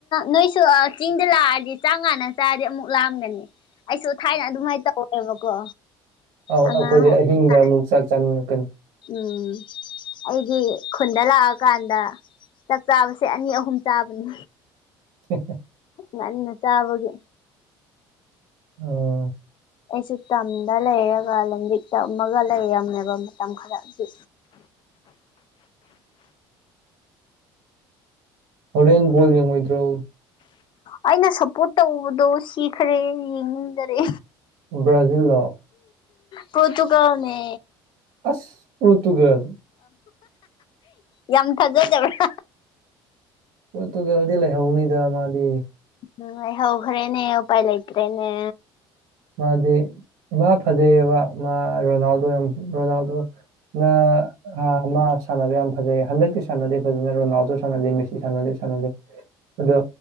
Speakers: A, on the left; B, on the right.
A: ꯅꯣꯏꯁꯨ ꯆꯤꯡꯗ ꯂꯥꯛꯑꯗꯤ ꯆꯥꯡꯉꯥꯟꯅ ꯆꯥꯔꯗꯤ ꯑꯃꯨꯛ ꯂꯥꯛꯑꯝꯒꯅꯤ ꯑꯩꯁꯨ ꯊꯥꯏꯅ ꯑꯗꯨꯃꯥꯏꯅ ꯇꯧꯋꯦꯕꯀꯣ
B: ꯑꯧ
A: ꯑꯉꯥꯡ
B: ꯑꯈꯣꯏꯗꯤ
A: ꯑꯣꯏꯔꯤꯀꯥꯟ
B: ꯑꯍꯤꯡꯗ ꯑꯃꯨꯛ ꯆꯥꯛ ꯆꯥꯅꯤꯡꯉꯛꯀꯅꯤ
A: ꯎꯝ ꯑꯩꯒꯤ ꯈꯨꯟꯗ ꯂꯥꯛꯑꯀꯥꯟꯗ ꯆꯥꯛ ꯆꯥꯕꯁꯦ ꯑꯅꯤ ꯑꯍꯨꯝ ꯆꯥꯕꯅꯤ
B: <unintelligible>
A: ꯉꯟꯅ ꯆꯥꯕꯒꯤ
B: ꯑꯣ
A: ꯑꯩꯁꯨ ꯇꯝꯗ ꯂꯩꯔꯒ ꯂꯝꯕꯤꯛ ꯇꯝꯃꯒ ꯂꯩꯔꯝꯃꯦꯕ ꯃꯇꯝ ꯈꯔ ꯑꯗꯨ
B: ꯍꯣꯔꯦꯟ ꯕꯣꯜ ꯌꯦꯡꯉꯣꯏꯗ꯭ꯔꯣ
A: ꯑꯩꯅ ꯁꯞꯄꯣꯔꯠ ꯇꯧꯕꯗꯣ ꯁꯤꯈꯔꯦ ꯌꯦꯡꯅꯤꯡꯗꯔꯦ
B: ꯭ꯕꯔꯥꯖꯤꯜ ꯂꯣ
A: ꯀꯣꯗꯨꯨꯒꯅꯦ
B: ꯑꯁ ꯄꯣꯔꯇꯨꯒꯦꯜ
A: ꯌꯥꯝ ꯐꯖꯗꯕ꯭ꯔ
B: ꯄꯣꯔꯇꯨꯒꯦꯜꯗꯤ ꯂꯩꯍꯧꯅꯤꯗ ꯃꯥꯗꯤ
A: ꯎꯝ ꯑꯩ ꯍꯧꯈ꯭ꯔꯦꯅꯦ ꯎꯄꯥꯏ ꯂꯩꯇ꯭ꯔꯦꯅꯦ
B: ꯃꯥꯗꯤ ꯃꯥ ꯐꯖꯩꯕ ꯃꯥ ꯔꯣꯅꯥꯜꯗꯣ ꯌꯥꯝ ꯔꯣꯅꯥꯜꯗꯣ ꯅ ꯑ ꯃꯥ ꯁꯥꯟꯅꯕ ꯌꯥꯝ ꯐꯖꯩ ꯍꯟꯗꯛꯇꯤ ꯁꯥꯟꯅꯗꯦ ꯐꯖꯅꯦ ꯔꯣꯅꯥꯜꯗꯣ ꯁꯥꯟꯅꯗꯦ ꯃꯦꯁꯤ ꯁꯥꯟꯅꯗꯦ ꯁꯥꯟꯅꯗꯦ ꯑꯗꯣ